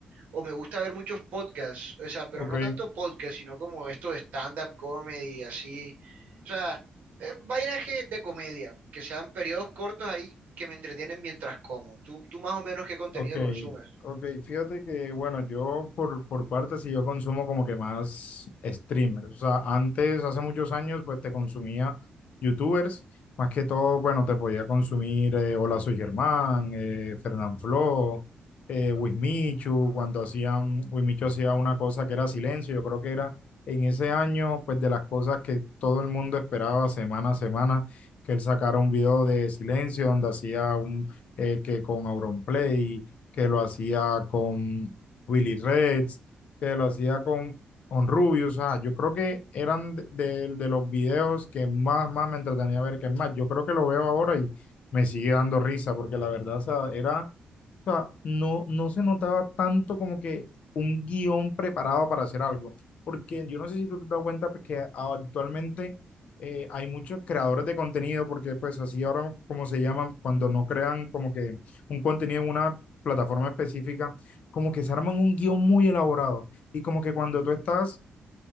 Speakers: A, on the right; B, on the left.
A: O me gusta ver muchos podcasts, o sea, pero
B: ok.
A: no tanto podcasts, sino como esto de stand-up comedy, así. O sea, eh, vainas que- de comedia, que sean periodos cortos ahí que me entretienen mientras como. ¿Tú, tú más o menos qué contenido
B: Ok,
A: consumes?
B: ok, fíjate que bueno, yo por, por parte sí yo consumo como que más streamers, o sea, antes, hace muchos años, pues te consumía youtubers, más que todo, bueno, te podía consumir eh, Hola Soy Germán, eh, Fernanfloo, eh, Wismichu, cuando hacían, Wismichu hacía una cosa que era silencio, yo creo que era en ese año, pues de las cosas que todo el mundo esperaba semana a semana, que él sacara un video de silencio donde hacía un, eh, que con Auronplay que lo hacía con Willie Reds, que lo hacía con, con Rubius. O sea, yo creo que eran de, de- de los videos que más, más me entretenía ver que es más. Yo creo que lo veo ahora y me sigue dando risa porque la verdad, o sea, era, o sea, no, no se notaba tanto como que un guión preparado para hacer algo. Porque yo no sé si tú te das cuenta pues, que actualmente eh, hay muchos creadores de contenido, porque pues así ahora como se llaman, cuando no crean como que un contenido en una plataforma específica, como que se arman un guión muy elaborado y como que cuando tú estás